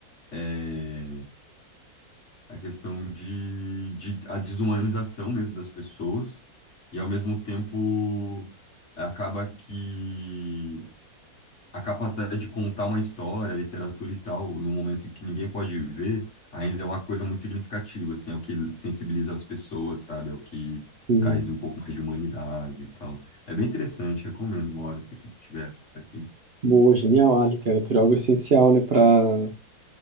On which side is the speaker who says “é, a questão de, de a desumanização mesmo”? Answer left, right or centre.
Left